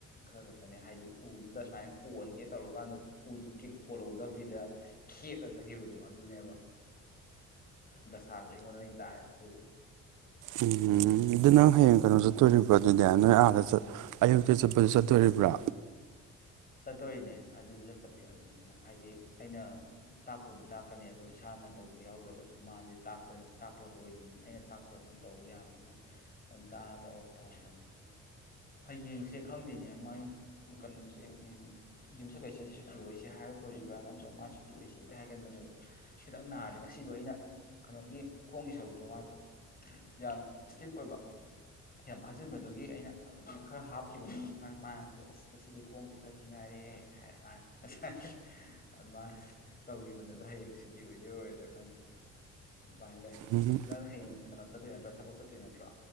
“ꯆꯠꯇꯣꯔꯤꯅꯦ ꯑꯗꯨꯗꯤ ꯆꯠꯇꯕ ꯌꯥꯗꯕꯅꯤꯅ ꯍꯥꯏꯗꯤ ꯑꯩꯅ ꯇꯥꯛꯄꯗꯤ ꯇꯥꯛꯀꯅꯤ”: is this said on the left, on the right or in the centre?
Left